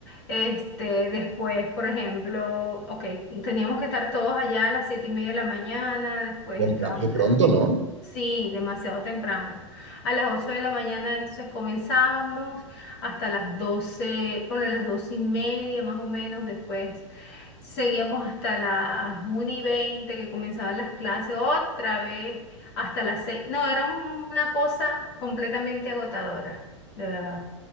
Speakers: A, on the left; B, on the right.
A: Este, después, por ejemplo, ok, teníamos que estar todos allá a las siete y media de la mañana, después
B: Y
A: entrábamos
B: en plan, qué pronto,
A: a las ocho.
B: ¿no?
A: Sí, demasiado temprano. A las 8 de la mañana entonces comenzábamos hasta las doce ponle las 12 y media más o menos, después Seguimos hasta las 1 y veinte que comenzaban las clases, otra vez hasta las seis No, era un- una cosa completamente agotadora, de verdad.